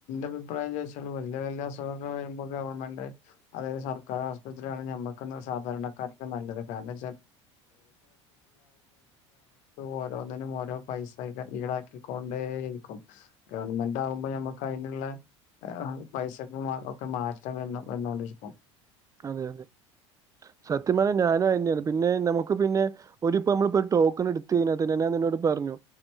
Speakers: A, on the left; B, on the right.
A: അഭിപ്രായം ചോച്ചാല് വല സ മ്പോ ഗവൺമെന്റ് അതായത് സർക്കാർ ആശുപത്രിയാണ് നമ്മക്ക് സാധാരണക്കാക്ക നല്ലത് കാരണം വൊ ്പ <unintelligible> ഓരോന്നിനും ഓരോ പൈസ ഈടാക്കിക്കൊണ്ടേ ഇരിക്കും ഗവൺമെന്റ് ആകുമ്പോ നമ്മുക്ക് അതിനുള്ള പൈസക്ക ഒക്കെ മാറ്റാൻ വന്ന് വന്നോൊണ്ടിരിക്കും
B: അതെ അതെ സത്യമാ ഞാനും പിന്നെ നമുക്ക് പിന്നെ ഒരു നമ്മ ടോക്കൺ എടുത്ത് കഴിഞ്ഞാന്നെ ഞാൻോട് പറഞ്ഞു